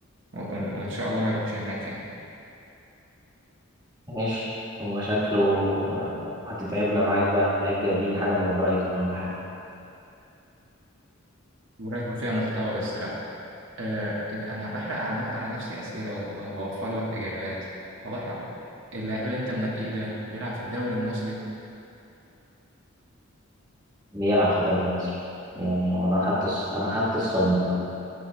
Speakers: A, on the right; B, on the right.
A: و- وإن وإن شاء الله ما يروحش هناك يعني
B: ماشي هو شكله آه، هتتعبنا معاك بقى هتلاقيك جايب لنا حاجة من برايتون ولا حاجة
A: برايتون فيها محتوى بس لا آه إيه ده أنا بحرق على على نفسي أسئلة وبوفر لك إجابات والله حرام اللاعب اللي أنت منقيه ده بيلعب في الدوري المصري
B: بيلعب في الدوري المصري يعني هو أنا خدت الص- أنا خدت الصدمة بقى